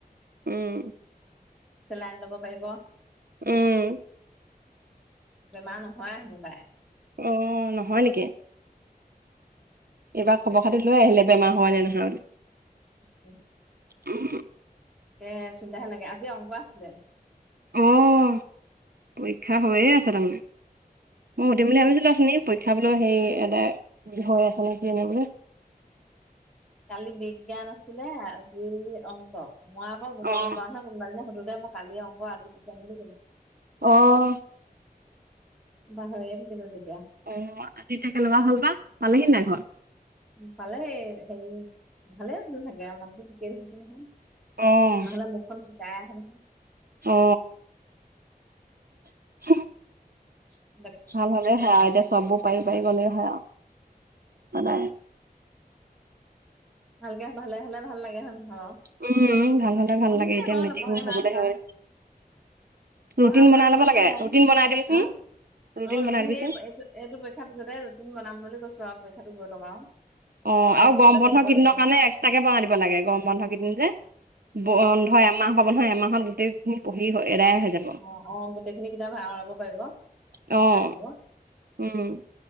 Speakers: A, on the right; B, in the centre.
A: উম।
B: চেলাইন ল'ব পাৰিব।
A: উম
B: বেমাৰ নহয় হেনো তাইৰ।
A: অ নহয় নেকি? এইবাৰ খবৰ খাতি লৈ আহিলে বেমাৰ হোৱা নে নহয় বুলি।
B: উ
A: <unintelligible>
B: তাকে চিন্তাহে লাগে আজি অংক আছিলে।
A: অঁ' পৰীক্ষা হৈয়ে আছে তাৰমানে। মই সুধিম বুলি ভাবিছিলোঁ উঠুনি, পৰীক্ষা বোলো সেই এদায় হৈ আছে নে কি এনে বোলি।
B: কালি বিজ্ঞান আছিলে, আজি অংক মই আকৌ গম
A: অ
B: নপাও নহয়। কোনোবা এজনীয়ে সধোতেই কালি অংক আজি যাম বুলি কলো।
A: অঁ'।
B: পাহৰিয়ে থাকিলো তেতিয়া।
A: অঁ' আজি এতিয়া কেনেুৱা হ'ল বা পালেহি নাই ঘৰ?
B: উম পালেহি, হেৰি ভালে হ'ল চাগে আৰু মানুহতো ঠিকে দেখিছো নহয়।
A: অ',
B: নহ'লে মুখখন শুকাই আহে নহয়।
A: অঁ। <unintelligible>
B: <unintelligible>
A: ভাল হ'লে হয় আৰু এতিয়া চববোৰ পাৰি পাৰি গ'লে হয় আৰু সদায়।
B: ভালকে ভালে হ'লে ভাল লাগে হয় নহয় বাও।
A: উম, ভাল হ'লে ভাল
B: পঢ়িছে
A: লাগে এতিয়া
B: বাৰু
A: মেট্ৰিক
B: নপঢ়াকে
A: হ'বলৈ
B: নাই থকা।
A: হ'লে ৰুটিন
B: পঢ়া শুনা
A: বনাই ল'ব
B: কৰিছে
A: লাগে
B: বাৰু,
A: ৰুটিন বনাই দিবিচোন।
B: অঁ' ৰুটিন
A: বনাই দিবিচোন
B: এই এইটো এইটো পৰীক্ষাৰ পিছতে ৰুটিন বনাম বুলি কৈছো আৰু পৰীক্ষাটো গৈ লগ আৰু।
A: অঁ
B: তাৰপৰা
A: আৰু
B: ৰুটিনতে
A: গৰম বন্ধ
B: পঢ়িব
A: কেইদিনৰ
B: লাগিব
A: কাৰণে এক্সট্ৰাকে বনাই দিব লাগে, গৰম বন্ধ কেইদিন
B: অ
A: যে। ব
B: অ
A: বন্ধ এমাহ পাব নহয়, এমাহত গোটেইখিনি পঢ়ি এদাই হৈ যাব।
B: অঁ অঁ' গোটেইখিনি কিতাপ আওৰাব পাৰিব তাৰ
A: অ',
B: ৰিভাইছ হ'ব।
A: উম।